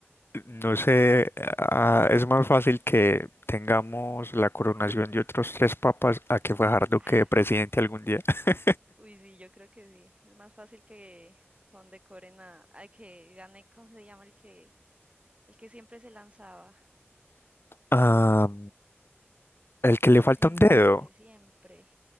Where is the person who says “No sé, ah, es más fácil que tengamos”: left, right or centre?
Left